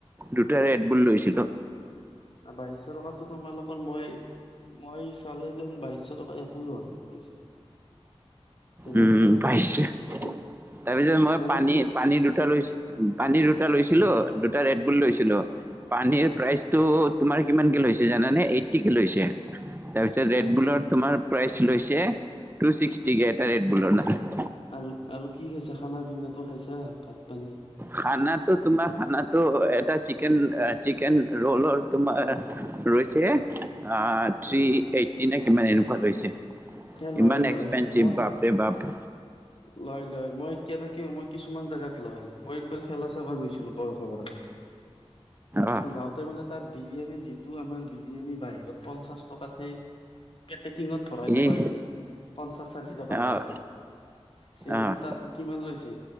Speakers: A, on the right; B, on the left.
A: দুটা ৰেডবুল লৈছিলো।
B: না বাইশশ টকাতো তোমালোকৰ মই- মই চালে দেখোন বাইশ টকা একোৱে হোৱা নাই মোৰ হিচাপত। তেনেকুৱা
A: উম'
B: লাগিছে
A: পাইছে,
B: মানে
A: তাৰপিছত মই
B: মানে
A: পানী
B: কি
A: পানী দুটা লৈছি- পানী দুটা লৈছিলো
B: হয়
A: দুটা ৰেডবুল
B: হয়
A: লৈছিলো। পানীৰ
B: হয়
A: প্ৰাইচটো তোমাৰ কিমান কে লৈছে জানানে? এইট্টিকে লৈছে। তাৰপিছত
B: হয়
A: ৰেডবুলত
B: নেকি
A: তোমাৰ প্ৰাইচ লৈছে টু ছিক্সটিকে এটা ৰেডবুলৰ দাম।
B: আৰ আৰু কি খাইছা খানা পিনাটো খাইছা ভাত পানী।
A: খানাটো তোমাৰ খানাটো এটা চিকেন চিকেন ৰোলৰ তোমাৰ- ৰৈছে আঁ থ্ৰী এইট। টিনে কিমান এনেকুৱা লৈছে
B: সেই লয়
A: ইমান
B: লয়
A: এক্সপেঞ্চিভ
B: মই
A: বাপৰে বাপ।
B: লয় লয়, মই কেনেকে মই কিছুমান জাগাত লয় মই একবাৰ খেলা- চাব গৈছিলো বৰসবাৰত।
A: অঁ
B: যাওঁত- তে মানে তাত বিৰিয়ানী যিটো আমাৰ বিৰিয়ানী বাহিৰত পঞ্চাশ টকাতে পেকেটিঙত- ভৰাই থকা
A: এই
B: যি পঞ্চাশ ষাঠি টকা লয়
A: অঁ
B: সেইটো
A: অঁ
B: তাত- কিমান লৈছে